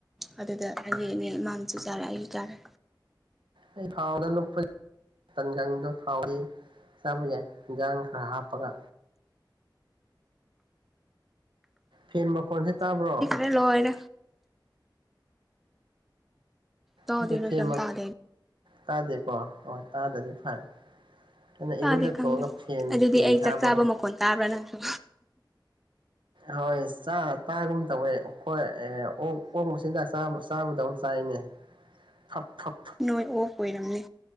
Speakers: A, in the centre; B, on the right.
A: ꯑꯗꯨꯗ ꯑꯩꯅꯤ ꯑꯅꯤ ꯃꯥꯅꯁꯨ ꯆꯥꯔꯦ ꯑꯩꯁꯨ ꯆꯥꯔꯦ
B: ꯑꯩ ꯐꯥꯎꯗ ꯅꯨꯄꯤ ꯇꯟꯒꯪꯗꯣ ꯊꯥꯎꯒꯤ ꯆꯥꯕ ꯌꯥꯢ ꯏꯟꯖꯥꯡ ꯈꯔ ꯍꯥꯞꯄꯒ꯫ ꯐꯦꯟ ꯃꯈꯣꯟꯁꯦ ꯇꯥꯕ꯭ꯔꯣ
A: <unintelligible> ꯂꯣꯢꯔꯦ ꯇꯥꯗꯣꯏꯅꯣ
B: ꯅꯠꯇꯦ ꯐꯦꯟ
A: ꯀꯩꯝ
B: ꯃ
A: ꯇꯥꯗꯦ
B: ꯇꯥꯗꯦꯀꯣ ꯍꯣꯢ ꯇꯥꯗ꯭ꯔꯥꯗꯤ ꯐꯔꯦ ꯑꯩꯅ
A: ꯇꯥꯗꯦ
B: ꯏꯔꯨꯖꯊꯣꯛꯑꯒ
A: ꯈꯪꯗꯦ
B: ꯐꯦꯟ
A: ꯑꯗꯨꯗꯤ
B: ꯐꯦꯟ
A: ꯑꯩ
B: ꯊꯥꯕꯀꯣ
A: ꯆꯥꯛ ꯆꯥꯕ ꯃꯈꯣꯟ ꯇꯥꯕ꯭ꯔꯥ ꯅꯪꯁꯨ
B: ꯍꯣꯢ ꯆꯥꯔ ꯇꯥꯒꯨꯝ ꯇꯧꯋꯦ ꯍꯣꯢ ꯑꯦ ꯑꯣꯛ ꯑꯣꯛ ꯃꯆꯤꯟꯖꯥꯛ ꯆꯥꯥꯕ ꯆꯥꯕꯗꯧ ꯆꯥꯢꯅꯦ ꯈꯞ ꯈꯞ
A: ꯅꯣꯢ ꯑꯣꯛ ꯀꯣꯢꯔꯝꯅꯤ